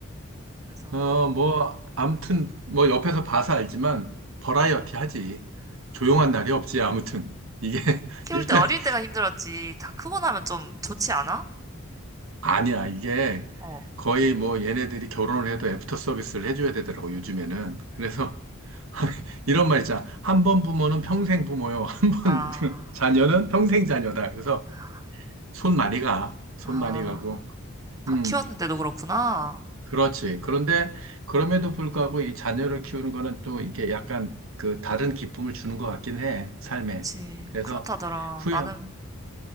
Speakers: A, on the right; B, on the right.
A: 그래서
B: 어, 뭐 아무튼 뭐 옆에서 봐서 알지만 버라이어티 하지. 조용한 날이 없지. 아무튼 이게 <laughs>
A: 키울
B: 일단.
A: 때 어릴 때가 힘들었지. 다 크고 나면 좀 좋지 않아?
B: 아니야, 이게
A: 어.
B: 거의 뭐 얘네들이 결혼을 해도 애프터 서비스를 해줘야 되더라고, 요즘에는. 그래서 <laughs> 이런 말 있잖아. 한 번 부모는 평생 부모요. 한 번
A: 아.
B: <laughs> 자녀는 평생 자녀다. 그래서
A: 아.
B: 손 많이 가. 손
A: 아,
B: 많이 가고.
A: 다
B: 음,
A: 키웠는데도 그렇구나.
B: 그렇지. 그런데 그럼에도 불구하고 이 자녀를 키우는 거는 또 이게 약간 그 다른 기쁨을 주는 것 같긴 해, 삶에.
A: 그치.
B: 그래서
A: 그렇다더라.
B: 후회,
A: 나는,